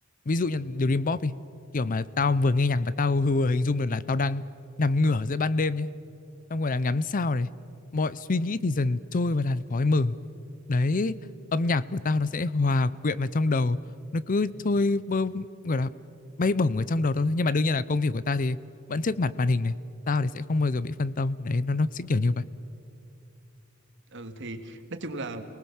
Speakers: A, on the left; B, on the right.
A: ví dụ như Dream Pop đi kiểu mà tao vừa nghe nhạc và tao vừa hình dung được là tao đang nằm ngửa giữa ban đêm nhé xong rồi là ngắm sao này mọi suy nghĩ thì dần trôi vào làn khói mờ đấy âm nhạc của tao nó sẽ hòa quyện vào trong đầu nó cứ trôi bơ gọi là bay bổng ở trong đầu tao thôi. nhưng mà đương nhiên là công việc của ta thì vẫn trước mặt màn hình này tao thì sẽ không bao giờ bị phân tâm đấy nó nó sẽ kiểu như vậy
B: ừ thì nói chung là